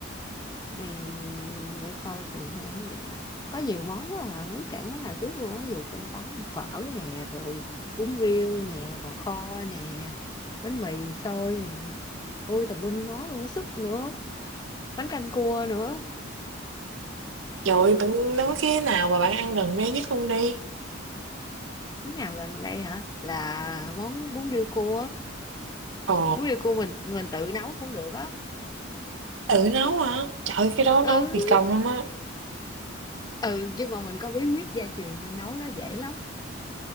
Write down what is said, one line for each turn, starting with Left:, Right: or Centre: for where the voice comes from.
Left: Ừm, để coi thường hay ăn cái gì ta có nhiều món quá à. không biết kể món nào trước luôn á ví dụ cơm tấm phở nè rồi bún riêu nè bò kho nè bánh mì xôi nè ôi tùm lum món luôn sức nữa bánh canh cua nữa
Right: Rồi bạn nói cái nào mà bạn ăn gần đây nhất luôn đi.
Left: món nào gần đây hả là món bún riêu cua á.
Right: Ồ,
Left: bún riêu cua mình mình tự nấu cũng được á
Right: tự nấu hả? Trời ơi, cái đó
Left: ừ
Right: nấu kỳ công lắm á.
Left: ừ nhưng mà mình có bí quyết gia truyền nên nấu nó dễ lắm